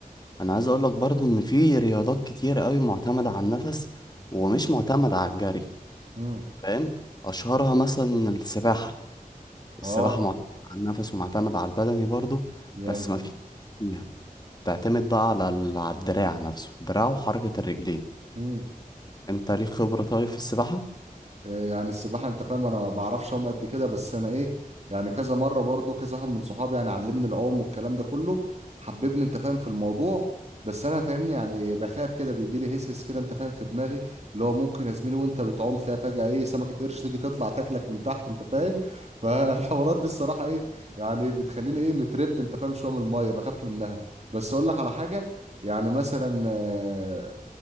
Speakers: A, on the left; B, on the right.
A: أنا عايز أقولك برضه إن في رياضات كتير قوي معتمدة على النفس ومش معتمدة على الجري
B: امم
A: فاهم اشهرها مثلا السباحه السباحه
B: اه
A: معتمده على النفس ومعتمده على البدني برضو
B: جامد
A: بس ما فيش فيها تعتمد بقى على ال- على الدراع نفسه الدراع وحركه الرجلين
B: مم.
A: انت ليك خبره طيب في السباحه
B: إيه يعني السباحة انت فاهم انا بعرفش اعوم قد كده بس انا ايه يعني كذا مرة برضو كذا واحد من صحابي يعني علمني العوم والكلام ده كله حببني انت فاهم في الموضوع بس انا فاهمني يعني بخاف كده بيجي لي هسهس كده انت فاهم في دماغي اللي هو ممكن يا زميلي وانت بتعوم تلاقي فجأة ايه سمكة قرش تيجي تطلع تاكلك من تحت انت فاهم <laughs> فالحوارات دي الصراحة ايه يعني بتخليني ايه مترب انت فاهم شوية من المية بخاف منها بس اقول لك على حاجة يعني مثلا آه،